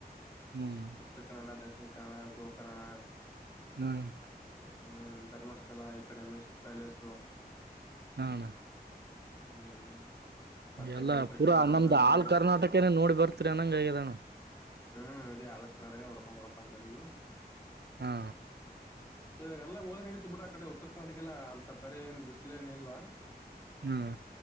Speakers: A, on the right; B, on the left.
A: ಹ್ಮ್
B: ಉತ್ತರ್ ಕನ್ನಡ ದಕ್ಷಿಣ್ ಕನ್ನಡ ಗೋಕರ್ಣ
A: ಹ್ಮ್
B: ಹ್ಮ್ ಧರ್ಮಸ್ಥಳ ಇಕಡೆ ಮೈಸೂರ್ ಪ್ಯಾಲೇಸ್ಸು
A: ಆ ಅಣ
B: ಹ್ಮ್ ಮತ್ತೆ
A: ಎಲ್ಲ
B: ಈ ಕಡೆ ಉತ್ತರ
A: ಪೂರಾ
B: ಕರ್ನಾಟಕ
A: ನಮ್ದ್
B: ಬಂದ್ರೆ
A: ಆಲ್ ಕರ್ನಾಟಕನೇ ನೋಡಿ ಬರ್ತಿರಿ ಅನ್ನಂಗ ಆಗ್ಯದಾಣ
B: ಹ್ಮ್ ಇಡಿ ಆಲ್ಕರ್ನಾಟಕ ನೋಡ್ಕೊಂಡ್ ಬರಬೇಕು ಅಂದ್ ಮಾಡೀವಿ
A: ಹಾ
B: ಇವಾಗ ಎಲ್ಲಾ ಹೋದ್ರೆ ನಡತದ್ ಬಿಡು ಆ ಕಡೆ ಉತ್ತರ್ ಕರ್ನಾಟಕೆಲ್ಲ ಅಂತ ಪರಿ ಏನ್ ಬಿಸ್ಲೇನಿಲ್ಲ
A: ಹ್ಮ್